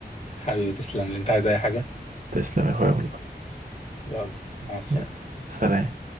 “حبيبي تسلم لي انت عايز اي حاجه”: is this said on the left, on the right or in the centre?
Left